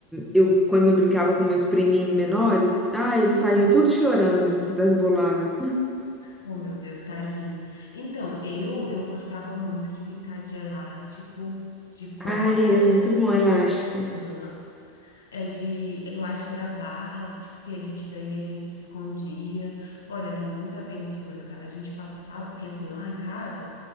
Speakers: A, in the centre; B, on the left (about 85°).
A: eu quando eu brincava com meus priminhos menores, ah, eles
B: Sim.
A: saíam tudo chorando das boladas.
B: Oh, meu Deus, tadinho. Então, eu eu gostava muito de brincar de elástico, de corda,
A: Ai, é muito bom elástico.
B: hã, é de, eu acho que era barra, tipo, que a gente daí a gente se escondia. Olha, era muita aventura, cara. A gente passava, porque assim, lá em casa